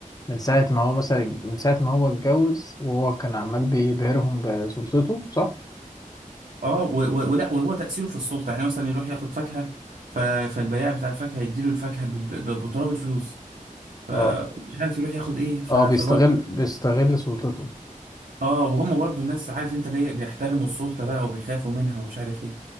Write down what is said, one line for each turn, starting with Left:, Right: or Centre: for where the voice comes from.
Left: من ساعه ما هو مثلا من ساعه ما هو اتجوز وهو كان عمال بيبهرهم بسلطته صح
Right: اه و... و... ولا وهو تأثيره في السلطة يعني مثلا يروح ياخد فاكهة ف... فالبياع بتاع الفاكهة يديله الفاكهة ب... ب... بتراب الفلوس فمش
Left: اه
Right: عارف يروح ياخد ايه ف...
Left: اه
Right: فبرضه
Left: بيستغل بيستغل سلطته
Right: اه وهم برضو الناس عارف انت ليه بيحترموا السلطة بقى وبيخافوا منها ومش عارف ايه